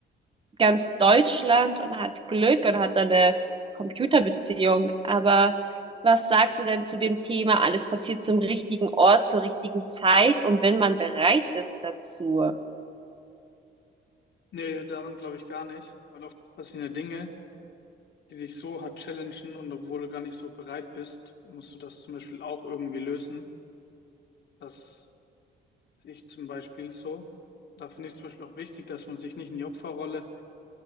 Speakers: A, on the right (about 25°); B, on the left (about 65°).
A: ganz Deutschland und hat Glück und hat dann eine Computerbeziehung. Aber was sagst du denn zu dem Thema, alles passiert zum richtigen Ort, zur richtigen Zeit und wenn man bereit ist dazu?
B: Nee, daran glaube ich gar nicht, weil oft passieren ja Dinge, die dich so hart challengen und obwohl du gar nicht so bereit bist, musst du das zum Beispiel auch irgendwie lösen. Das sehe ich zum Beispiel so. Da finde ich es zum Beispiel auch wichtig, dass man sich nicht in die Opferrolle